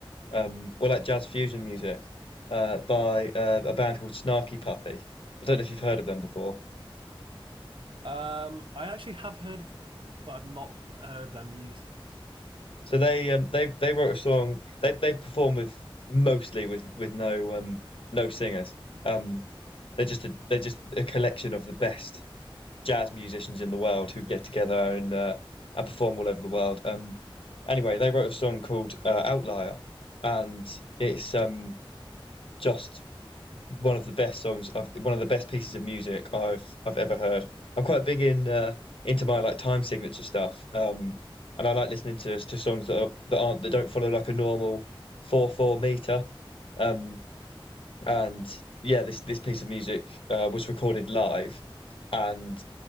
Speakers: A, on the left; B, on the right.
A: um well like jazz fusion music, uh by uh, a band called Snarky Puppy. I don't know if you've heard of them before.
B: Um, I actually have heard of them, but I've not heard their music.
A: So they um they they wrote a song. They they perform with mostly with with no um no singers. Um they're just a, they're just a collection of the best jazz musicians in the world who get together and uh, and perform all over the world. Um anyway, they wrote a song called uh, Outlier and it's um just one of the best songs I've one of the best pieces of music I've I've ever heard. I'm quite big in uh, into my like time signature stuff. Um and I like listening to to songs that are, that aren't that don't follow like a normal four four meter. Um and yeah, this this piece of music uh, was recorded live and